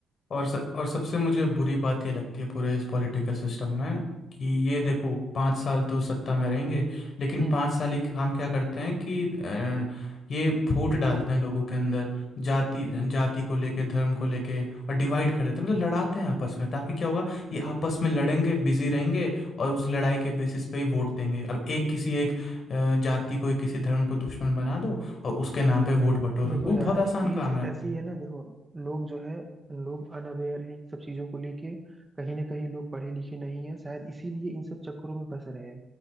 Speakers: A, on the left; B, on the right.
A: और स, और सबसे मुझे बुरी बात ये लगती है पूरे इस पॉलिटिकल सिस्टम में कि ये देखो पाँच साल तो सत्ता में रहेंगे लेकिन
B: हम्म
A: पाँच
B: हम्म।
A: साल ही काम क्या करते हैं कि अ, ये फूट डालते हैं लोगों के अंदर जाति जाति को लेके धर्म को लेके और डिवाइड कर देते हैं मतलब लड़ाते हैं आपस में ताकि क्या होगा ये आपस में लड़ेंगे बिजी रहेंगे और उस लड़ाई के बेसिस पे ही वोट देंगे अब एक किसी एक अ, जाति को एक किसी धर्म को दुश्मन बना दो और उसके नाम पे वोट बटोरो
B: देखो
A: वो
B: यार
A: बहुत आसान
B: चीज
A: काम है
B: ऐसी है ना देखो लोग जो है लोग अनअवेयर हैं इन सब चीजों को लेके कहीं ना कहीं लोग पढ़े लिखे नहीं है शायद इसीलिए इन सब चक्करों में फंस रहे हैं